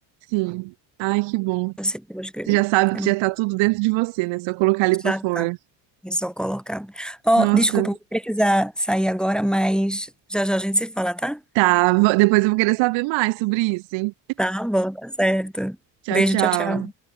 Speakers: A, on the right; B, in the centre.
A: Sim. Ai, que bom.
B: Eu sei o que eu vou escrever.
A: Você já sabe
B: É
A: que
B: bom.
A: já tá tudo dentro de você, né? Só colocar ali pra
B: Já
A: fora.
B: tá. É só colocar. Ó,
A: Nossa.
B: desculpa, vou precisar sair agora, mas já já a gente se fala, tá?
A: Tá. vo- Depois eu vou querer saber mais sobre isso, hein?
B: Tá bom, tá certo.
A: Tchau,
B: Beijo,
A: tchau.
B: tchau, tchau.